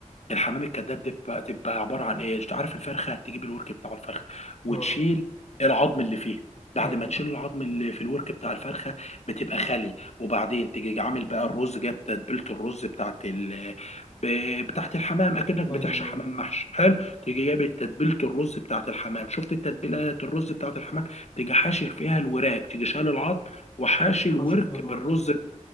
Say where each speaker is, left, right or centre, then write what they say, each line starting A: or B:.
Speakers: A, on the left; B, on the left.
A: الحمام الكذاب دي بتبقى تبقى عباره عن ايه عارف الفرخه تجيب الورك بتاع الفرخه وتشيل
B: اه
A: العظم اللي فيه بعد
B: ايوه
A: ما تشيل العظم اللي في الورك بتاع الفرخه بتبقى خالي وبعدين تيجي عامل بقى الرز جاب تتبيله الرز بتاعت ال ب- بتاعت الحمام اكنك بتحشي
B: ايوه
A: حمام
B: ايوه
A: محشي حلو تيجي جايب تتبيله الرز بتاعت الحمام شفت تتبيلات الرز بتاعت الحمام تيجي حاشي فيها الوراك تيجي شال العظم وحاشي
B: الحاشي
A: الورك
B: فيها الورق
A: بالرز